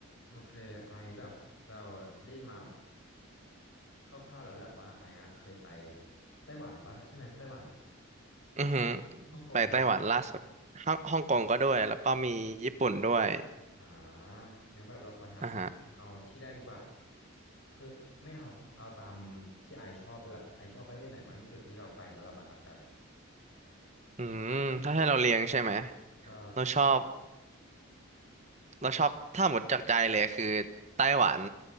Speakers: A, on the left; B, on the right.
A: โอเคไอแบบเราได้ยินมาคร่าวๆแล้วแหละว่าไออะเคยไปไต้หวันปะใช่ไหมไต้หวัน
B: อือหือ
A: ฮ่องกงด้วยปะ
B: ไปไต้หวันล่าสุดฮ่องฮ่องกงก็ด้วยแล้วก็มีญี่ปุ่นด้วย
A: อ่างั้นแบบเราขอถามนะเอาที่แรกดีกว่า
B: อ่าฮะ
A: คือไม่เอาเอาตามที่ไอชอบดีกว่าไอชอบประเทศไหนมากที่สุดที่เราไปแล้วเราประทับใจ
B: อืมถ้าให้เราเรียงใช่ไหม
A: ใช่
B: เราชอบเราชอบถ้าหมดจากใจเลยคือไต้หวัน